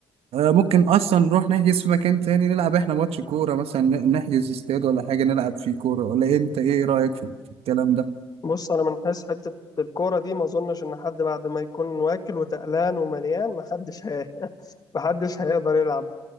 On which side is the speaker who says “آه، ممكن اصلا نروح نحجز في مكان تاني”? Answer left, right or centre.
Right